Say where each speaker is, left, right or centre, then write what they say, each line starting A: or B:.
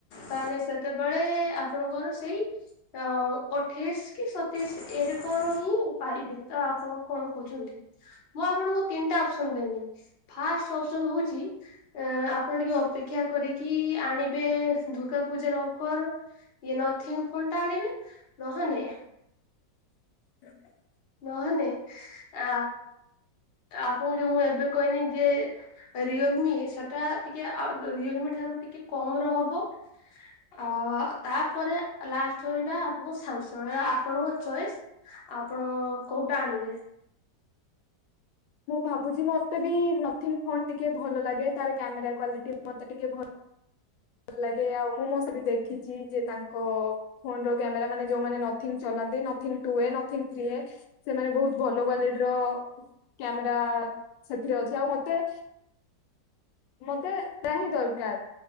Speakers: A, on the left; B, on the left.
A: ତାହେଲେ ସେତେବେଳେ ଆପଣଙ୍କର ସେଇ ଅ ଅଠେଇଶ କି ସତୀଶ ଏରେକର ହିଁ ପାଇବେ ତ ଆପଣ କଣ କହୁଛନ୍ତି। ମୁଁ ଆପଣଙ୍କୁ ତିନିଟା ଅପସନ ଦେଲିି ଫାଷ୍ଟ ଅପସନ ହଉଛି। ଅ ଆପଣ ଟିକେ ଅପେକ୍ଷା କରିକି ଆଣିବେ ଦୁର୍ଗା ପୂଜାର ଅଫର ଇଏ ନଥିଲେ ଫୋନ୍ ଟା ଆଣିବେ ନହେନେ
B: <inaudible>
A: ନହେନେ ଆ ଆପଣଙ୍କୁ ଯେ ମୁଁ ଏବେ କହିନି ଯେ ରିଅଲମି ସେଟା ଟିକେ ରିଅଲମି ଠାରୁ ଟିକେ କମ ର ହବ। ଅ ତାପରେ ଲାଷ୍ଟ ରହିଲା ଆପଣଙ୍କ ସାମସଙ୍ଗ ଆପଣଙ୍କ ଚଏସ୍ ଆପଣ କୋଉଟା ଆଣିବେ।
B: ମୁଁ ଭାବୁଛି ମତେ ବି ନଥି ଫୋନ୍ ଟିକେ ଭଲ ଲାଗେ ତାର କ୍ୟାମେରା କଲିଟି ମତେ ଟିକେ ଭଲ ଭଲ ଲାଗେ ଆଉ ମୁଁ ମୋ ସବି ଦେଖିଛି ଯେ ତାଙ୍କ ଫୋନ ର କ୍ୟାମେରା ମାନେ ଯୋଉମାନେ ନଥିଙ୍ଗ ଚଲନ୍ତି ନଙ୍ଗ ଟୁ ନଥ୍ରୀ ସେମାନେ ବହୁତ ଭଲ କ୍ଵାଲିଟିର। କ୍ୟାମେରା ସେଥିରେ ଅଛି ଆଉ ମତେ ମତେ ତ ସେଟା ହିଁ ଦରକାର।